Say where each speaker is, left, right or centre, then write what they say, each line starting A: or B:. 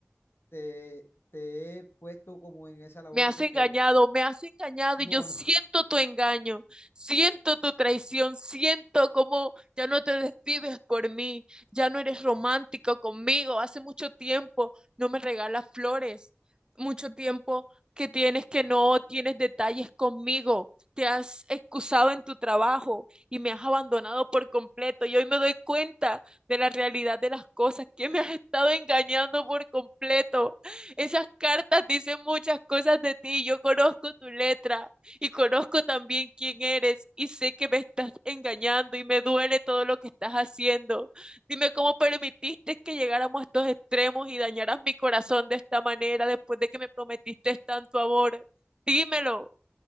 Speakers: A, on the left; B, on the right.
A: te, te he puesto como en esa labor
B: Me has
A: de
B: engañado,
A: que
B: me has engañado
A: no,
B: y yo siento
A: no.
B: tu engaño, siento tu traición, siento cómo ya no te despides por mí, ya no eres romántico conmigo. Hace mucho tiempo no me regalas flores, mucho tiempo que tienes que no tienes detalles conmigo. Te has excusado en tu trabajo y me has abandonado por completo. Y hoy me doy cuenta de la realidad de las cosas, que me has estado engañando por completo. Esas cartas dicen muchas cosas de ti. Yo conozco tu letra y conozco también quién eres y sé que me estás engañando y me duele todo lo que estás haciendo. Dime cómo permitiste que llegáramos a estos extremos y dañaras mi corazón de esta manera después de que me prometiste tanto amor. Dímelo.